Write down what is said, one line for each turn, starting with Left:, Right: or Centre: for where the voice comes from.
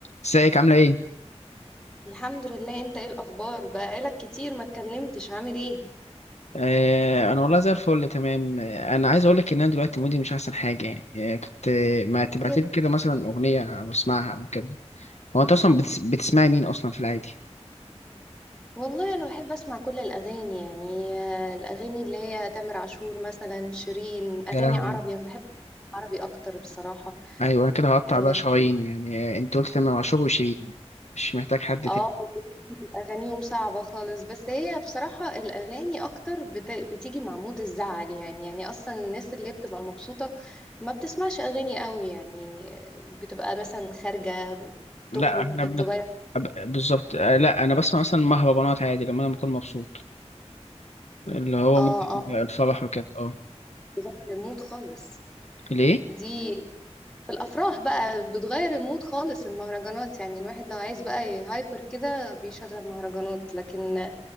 Left: ازيك عاملة ايه؟
Centre: الحمد لله انت ايه الاخبار بقالك كتير ما اتكلمتش عامل ايه
Left: آه انا والله زي الفل تمام آه انا عايز اقولك ان انا دلوقتي مودي مش احسن حاجة يعني آه كنت آه، ما تبعتلي
Centre: كده
Left: كده مثلا اغنية او اسمعها او كده هو انت اصلا بتس... بتسمعي مين اصلا في العادي؟
Centre: والله انا بحب اسمع كل الاغاني يعني آه، الاغاني اللي هي تامر عاشور مثلا شيرين اغاني
Left: يا لهوي
Centre: عربي انا بحب عربي اكتر بصراحة
Left: ايوه انا كده هقطع
Centre: اه
Left: بقى شرايين يعني آه انت قلت تمام عاشور وشيرين مش محتاج حد
Centre: آه،
Left: تاني
Centre: اغانيهم صعبة خالص بس هي بصراحة الاغاني اكتر بت... بتيجي مع مود الزعل يعني يعني اصلا الناس اللي بتبقى مبسوطة ما بتسمعش اغاني قوي يعني بتبقى مثلا خارجة بتخرج
Left: لا احنا
Centre: بتغير
Left: بنت... أب- بالظبط آه لا انا بسمع مثلا مهرجانات عادي لما انا بكون مبسوط اللي هو
Centre: اه
Left: مودي
Centre: آه.
Left: الفرح وكده اه
Centre: بتغير المود خالص
Left: ليه؟
Centre: دي في الافراح بقى بتغير المود خالص المهرجانات يعني الواحد لو عايز بقى هايبر كده بيشغل مهرجانات لكن